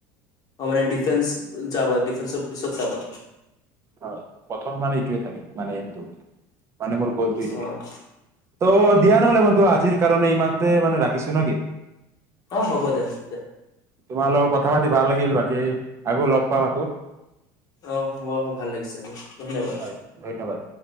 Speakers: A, on the left (about 40°); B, on the right (about 30°).
A: অ মানে ডিফেন্স যাবা ডিফেন্সৰ পিছত চাবা
B: হয় প্ৰথম মানে এইটোয়ে থাকিম মানে টো মানে মোৰ গল থ এইে
A: অ'
B: ত দিয়া নহলে ব টো আজিৰ কাৰণে ইমানতে মানে ৰাখিছো নে কি?
A: অ হ'ব দে তে।
B: তোমাৰ লগত কথা পাতি ভাল লাগিল বাকী আকৌ লগ পাম আকৌ।
A: অ মোৰ ভাল লাগিছে। ধন্যবাদ।
B: হয় ধন্যবাদ।